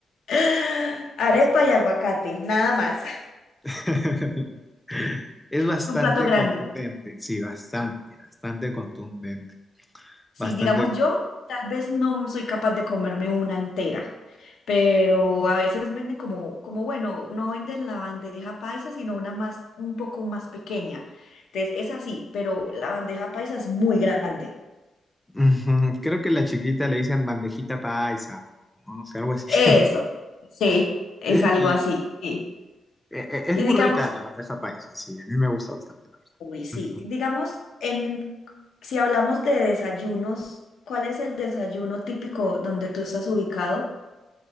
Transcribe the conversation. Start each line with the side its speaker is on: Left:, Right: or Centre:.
Left: <gasps> arepa
Centre: Sí.
Left: y aguacate, nada más.
Centre: <laughs> Es bastante
Left: Es un plato grande.
Centre: contundente, sí, bastante, bastante contundente,
Left: Si
Centre: bastante.
Left: digamos yo, tal vez no soy capaz de comerme una entera, pero a veces venden como, como bueno, no venden la bandeja paisa, sino una más, un poco más pequeña. Entonces es así, pero la bandeja paisa es muy grande.
Centre: Ujú, Creo que la chiquita le dicen bandejita paisa o no sé, algo así.
Left: Eso,
Centre: <laughs>
Left: sí, es
Centre: Y
Left: algo así. sí.
Centre: eh, eh, es
Left: Y
Centre: muy
Left: digamos,
Centre: rica la bandeja paisa, sí, a mí me gusta bastante, la verdad.
Left: Uy, sí. Digamos, en, si hablamos de desayunos, ¿cuál es el desayuno típico donde tú estás ubicado?